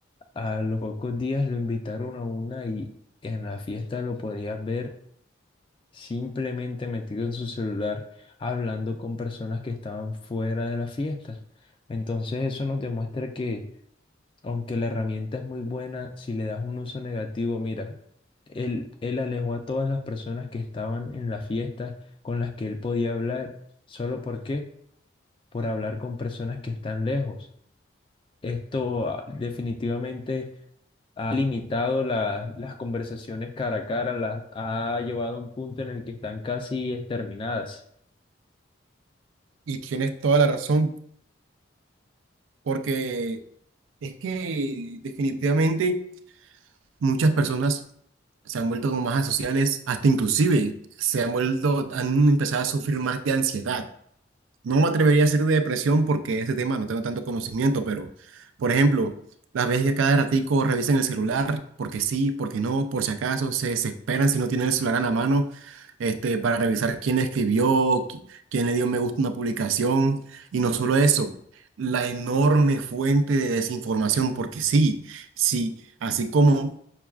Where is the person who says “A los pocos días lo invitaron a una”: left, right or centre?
Left